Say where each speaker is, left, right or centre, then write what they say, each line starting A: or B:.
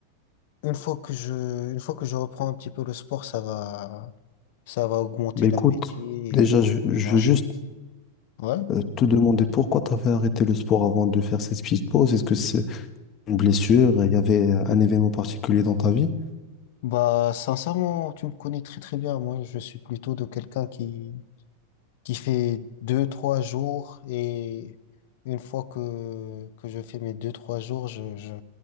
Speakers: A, on the left (about 50°); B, on the left (about 35°).
A: une fois que je, une fois que je reprends un petit peu le sport, ça va, ça va augmenter
B: Bah, écoute,
A: l'appétit et
B: déjà, je, je
A: je vais manger.
B: veux juste
A: Ouais.
B: euh, te demander pourquoi tu avais arrêté le sport avant de faire cette petite pause. Est-ce que c'est une blessure? Il y avait euh, un événement particulier dans ta vie?
A: Bah, sincèrement, tu me connais très très bien. Moi, je suis plutôt de quelqu'un qui, qui fait deux, trois jours. Et une fois que, que je fais mes deux, trois jours, je, je,